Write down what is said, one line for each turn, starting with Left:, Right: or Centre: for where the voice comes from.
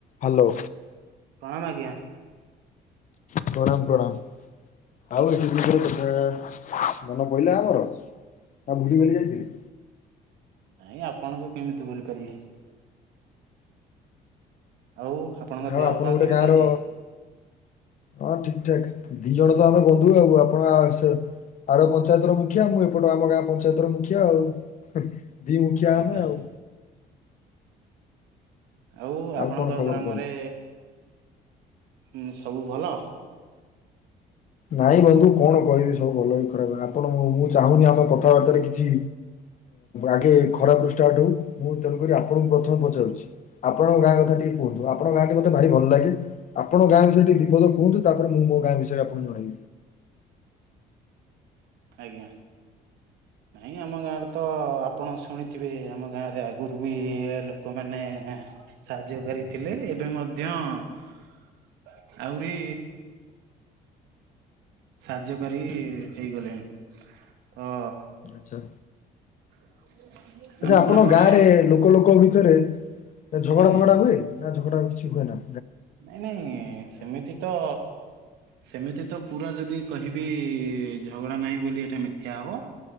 Left: Hello.
Right: ପ୍ରଣାମ ଆଜ୍ଞା।
Left: ପ୍ରଣାମ ପ୍ରଣାମ। ଆଉ ଏତେ ଦିନ ପରେ କଥା ମନ ପଡ଼ିଲା ଆମର ନା ଭୁଲି ଭାଲି ଯାଇଥିଲେ?
Right: ନାଇଁ ଆପଣଙ୍କୁ କେମିତି ଭୁଲି ପାରିବି। ଆଉ? ଆପଣଙ୍କ
Left: ଆଉ
Right: ଦେହ
Left: ଆପଣ
Right: ପା
Left: ଗୋଟେ
Right: କେମିତି
Left: ଗାଁର
Right: ଅଛି?
Left: ହଁ ଠିକ୍ ଠାକ୍ ଦି ଜଣତ ଆମେ ବନ୍ଧୁ ଆଉ ଆପଣ ଆଉସେ ଆର ପଞ୍ଚାୟତର ମୁଖିଆ ମୁଁ ଏପଟ ଆମ ଗାଁ ପଞ୍ଚାୟତର ମୁଖିଆ ଆଉ ଦି ମୁଖିଆ
Right: ଆଜ୍ଞା।
Left: ଆମେ ଆଉ।
Right: ଆଉ ଆପଣଙ୍କ
Left: କଣ ଖବର
Right: ଗ୍ରାମରେ
Left: କୁହନ୍ତୁ?
Right: ହୁଁ- ସବୁ ଭଲ?
Left: ନାଇଁ ବନ୍ଧୁ କଣ କହିବି ସବୁ ଭଲ କି ଖରାପ ଆପଣ ମୁଁ ଚାହୁଁନି ଆମ କଥାବାର୍ତ୍ତାରେ କିଛି ଆଗେ ଖରାପରୁ ଷ୍ଟାର୍ଟ ହେଉ ମୁଁ ତେଣୁକରି ଆପଣଙ୍କୁ ପ୍ରଥମେ ପଚାରୁଛି। ଆପଣଙ୍କ ଗାଁ କଥା ଟିକେ କୁହନ୍ତୁ ଆପଣ ଗାଁଟି ମତେ ଭାରି ଭଲ ଲାଗେ ଆପଣ ଗାଁ ବିଷୟରେ ଟିକେ ଦିପଦ କୁହନ୍ତୁ ତାପରେ ମୁଁ ମୋ ଗାଁ ବିଷୟରେ ଆପ କୁହନ୍ତୁ ଭାଇ।
Right: ଆଜ୍ଞା। ନାଇଁ ଆମ ଗାଁରେତ ଆପଣ ଶୁଣିଥିବେ ଆମ ଗାଁରେ ଆଗରୁବି ଇଏ ଲୋକମାନେ ସାହାଯ୍ୟକାରୀ ଥିଲେ ଏବେ ମଧ୍ୟ ଆହୁରି ସାହାର୍ଯ୍ୟକାରୀ ହେଇଗଲେଣି ତ
Left: ଆଚ୍ଛା।
Right: <inaudible>
Left: ଆଚ୍ଛା ଆପଣଙ୍କ
Right: ଗ୍ରାମରେ
Left: ଗାଁରେ ଲୋକ ଲୋକ ଭିତରେ ଝଗଡ଼ା
Right: ଆଜ୍ଞା
Left: ଫଗଡ଼ା ହୁଏ ନା ଝଗଡ଼ା କିଛି ହୁଏନା?
Right: ନାଇଁ ନାଇଁ ସେମିତିତ ସେମିତିତ ପୁରା ଯଦି କହିବି ଝଗଡ଼ା ନାଇଁ ବୋଲି ଏଟା ମିଥ୍ୟା ହବ।